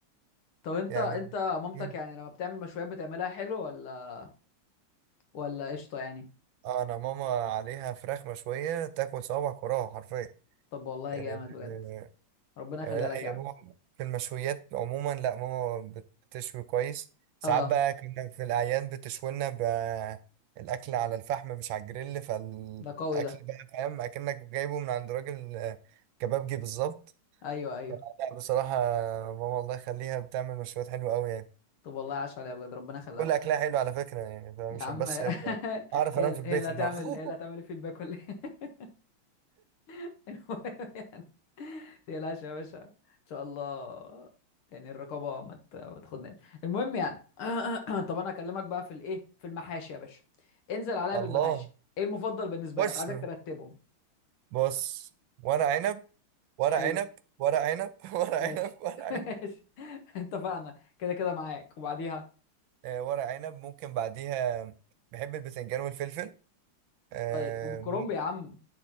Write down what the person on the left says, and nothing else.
طب انت
انت مامتك
يعني لما بتعمل مشويات بتعملها حلو ولا ولا قشطة يعني
طب والله
جامد بجد
ربنا يخليها
لك
يا عم
اه
ده قوي ده
ايوه ايوه
طب والله عاش عليها بجد ربنا يخليها
لك
<laughs>
يا عم
<laughs> هي
هي
اللي هتعمل
هي اللي هتعمل الفيدباك ولا إيه؟ <laughs> المهم يعني تقلقش يا باشا ان شاء الله يعني الرقابه ما ت- ما تاخدناش المهم يعني <clears throat> طب انا اكلمك بقى في الايه في المحاشي يا باشا انزل
عليا بالمحاشي
ايه المفضل بالنسبه
لك عايزك ترتبهم
حلو
ماشي
<laughs>
ماشي اتفقنا كده كده معاك وبعديها
طيب وبالكرنب
يا عم